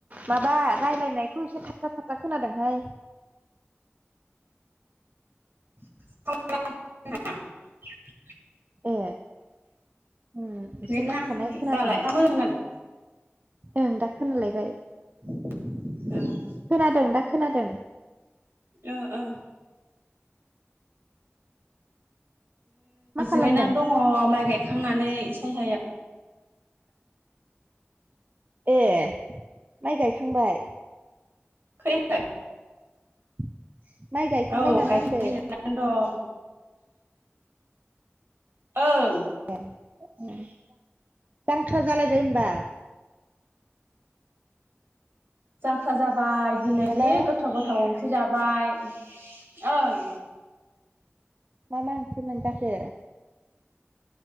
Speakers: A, on the right; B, on the right.
A: माबा राय्लायनायखौ एसे थाबथा थाबथा खोनादोंहाय
B: खोना दों नामा?
A: ए उ एसे
B: नेट
A: नांथानाय
B: नाङाखै
A: खोनादोंं?
B: दालाय दा मोजां खोनादों
A: ओं दा खोनालायबाय।
B: द
A: खोनादों दा खोनादों?
B: ओ ओ
A: मा खालामदों?
B: जिरायनानै दङ माइ गायखांनानै सायहायाव
A: ए माइ गायखांबाय?
B: खोनायाखै
A: <inaudible> माइ गायखांबाय
B: औ
A: नामा
B: गायखेरनानै
A: होनदों?
B: जनानै दं। ओं
A: ए जांख्रा जालायबाय होमबा
B: जांख्रा जाबाय दिनै
A: हेलौ
B: जि गोथाव गोथाव ओंख्रि सोजाबाय ओं
A: मा मा ओंख्रिमोन जाखो?